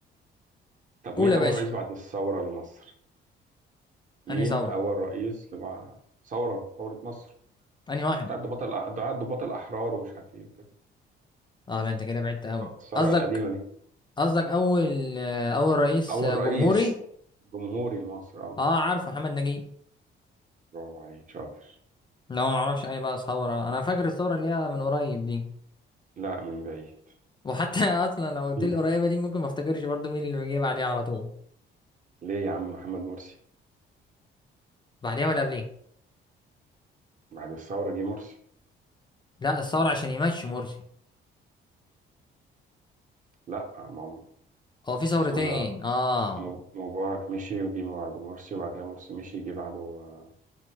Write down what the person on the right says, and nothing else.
طب
مين
اول
رئيس بعد الثوره لمصر مين
اول رئيس لبع... ثوره ثوره مصر
بتاع الضباط الأ- بتاع الضباط الاحرار ومش عارف ايه وكده
الثوره
القديمه دي
اول
رئيس
جمهوري لمصر اه
برافو عليك شاطر
لا من بعيد
<laughs>
ليه يا عم محمد مرسي
بعد الثوره جه مرسي
لا ما هو-
اسمه ده
مب- مبارك مشي وجي بعده مرسي وبعد كده مرسي مشي جه بعده آه،